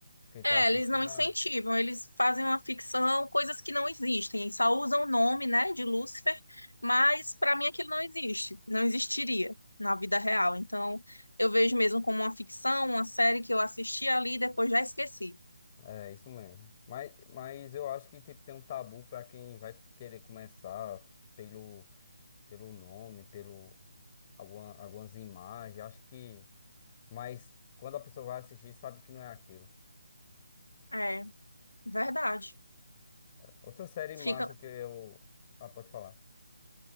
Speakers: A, on the left; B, on the left.
A: Quem tá
B: É,
A: assistindo,
B: eles não incentivam,
A: a-
B: eles fazem uma ficção, coisas que não existem. Eles só usam o nome, né, de Lúcifer, mas para mim aquilo não existe, não existiria na vida real. Então, eu vejo mesmo como uma ficção, uma série que eu assisti ali e depois já esqueci.
A: é isso mesmo. Mas, mas eu acho que tipo, tem um tabu pra quem vai querer começar pelo, pelo nome, pelo alguma, algumas imagens. Acho que. Mas quando a pessoa vai assistir, sabe que não é aquilo.
B: É, verdade.
A: Outra série
B: Fica,
A: massa que eu. Ah, pode falar.